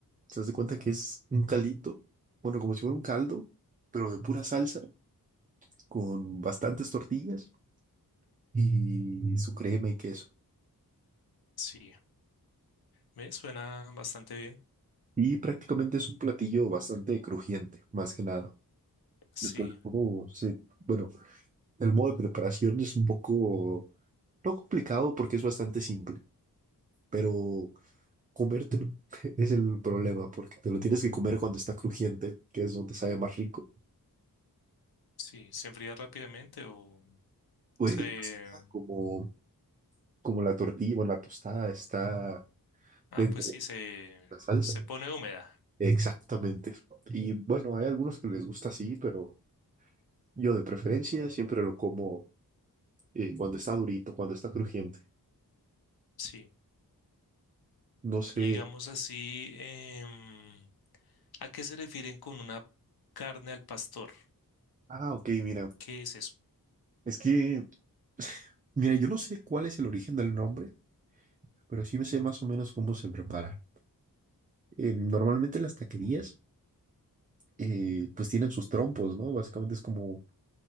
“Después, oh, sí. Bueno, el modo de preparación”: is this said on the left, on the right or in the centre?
Right